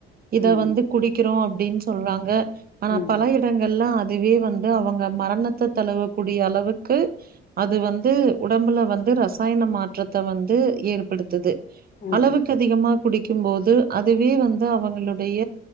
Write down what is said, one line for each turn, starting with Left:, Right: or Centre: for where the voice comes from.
Right: இத
Left: ம்
Right: வந்து குடிக்கிறோ அப்டின் சொல்றாங்க ஆனா
Left: ம்
Right: பல இடங்கள்ல அதுவே வந் து அவுங்க மரணத்த தழுவக்கூடிய அளவுக்கு அது வந்து உடம்புல வந்து ரசாயன மாற்றத்த வந்து ஏற்படுத் துது
Left: ம்
Right: அளவுக்கு அதிகமா குடிக்கும்போது அதுவே வந்து அவுங்களுடைய